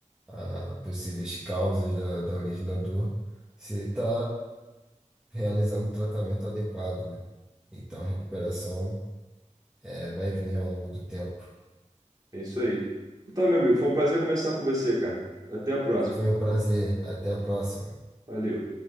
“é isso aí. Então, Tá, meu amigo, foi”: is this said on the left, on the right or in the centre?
Right